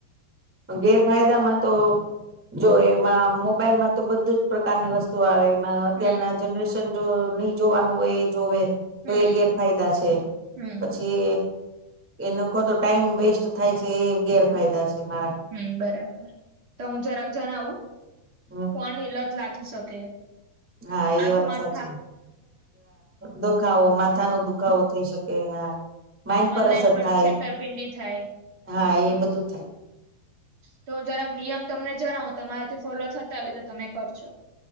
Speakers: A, in the centre; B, on the right (about 45°).
A: ગેરફાયદામાં તો જો એમાં મોબાઈલ માં તો બધું જ પ્રકારની વસ્તુ આવે અત્યારના
B: હમ
A: જનરેશન જો નહી જોવાનું હોય એ જોવે
B: હમ
A: તો એ ગેરફાયદા છે.
B: હમ
A: પછી એનો ખો તો ટાઈમ વેસ્ટ થાય છે એ ગેરફાયદા છે. મારે
B: હમ બરાબર તો હું જરાક જણાવું
A: હમ
B: ફોન એલા લાગી શકે.
A: હા એ
B: આંખમાં
A: વાત સાચી દુખાવો માથા નો દુખાવો થઈ શકે હા માઇન્ડ
B: ઓનલાઈન
A: અસર
B: પર
A: થાય
B: છેતરપિંડી થાય.
A: હા એ બધું થાય
B: તો હું જરાક નિયમ તમને જણાવું તમારાથી ફોલો થતા હોય તો તમે કરજો.